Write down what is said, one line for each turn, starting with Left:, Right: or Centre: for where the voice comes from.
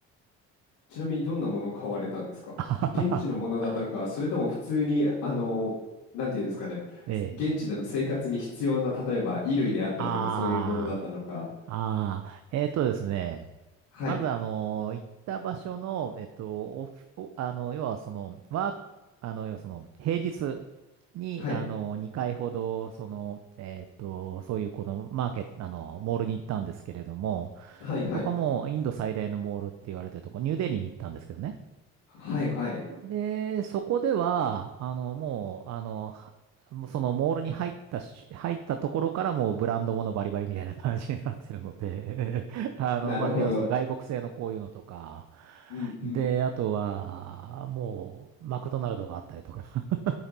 Left: ちなみにどんなものを買われたんですか現地のものだったのか、
Right: <laughs>
Left: それとも普通に、あの、なんていうんですかね、
Right: ええ、
Left: 現地での生活に必要な、例えば衣類であったりとか、
Right: あ
Left: そういうものだったのか。
Right: ー、あー、えーっとですね、
Left: はい。
Right: まず、あの、行った場所の、えっと、オフおあの、要は、その、ワーク、あの、要はその、平日に、
Left: はい。
Right: あの、2回ほど、その、えっと、そういう、この、マーケット、あの、モールに行ったんですけれども、
Left: はいはい。
Right: そこも、インド最大のモールって言われてるとこ、ニューデリーに行ったんですけどね。
Left: はいはい。
Right: で、そこでは、あの、もう、あの、はもうそのモールに入ったし、入ったところからもうブランドものバリバリみたいな感じになってるので、<laughs> あの、
Left: なるほど。
Right: まあ、要するに外国製のこういうのとか、
Left: うんうん。
Right: で、あとは、もう、マクドナルドがあったりとか、<laughs>